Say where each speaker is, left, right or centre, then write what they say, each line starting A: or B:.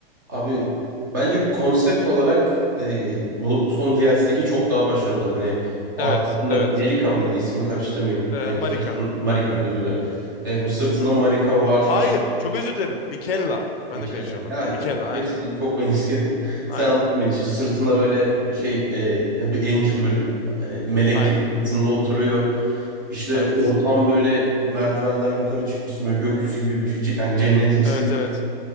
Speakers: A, on the right; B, on the left.
A: Abi bence konsept olarak e, bu son DLC'deki çok daha başarılı. Hani arkasında
B: Evet, evet.
A: Melika mıydı? İsim karıştırmayayım.
B: E,
A: E,
B: Marika,
A: sırtın Marika
B: Marika.
A: özür dilerim. E, bu sırtında Marika var
B: Hayır,
A: işte
B: çok özür dilerim. Mikella. Ben
A: Mikella.
B: de karıştırıyorum
A: Ya
B: bak.
A: e,
B: Mikella, aynen.
A: hepsi çok benziyor. <laughs>
B: Aynen,
A: Sen anladın beni. Şimdi sırtında böyle şey e, ya bir angel böyle e, melek
B: aynen.
A: gibi sırtında oturuyor. İşte
B: Evet.
A: ortam böyle merdivenden yukarı çıkmışsın böyle gökyüzü gibi bir şey. Ce- Yani cennetimsi
B: Evet, evet.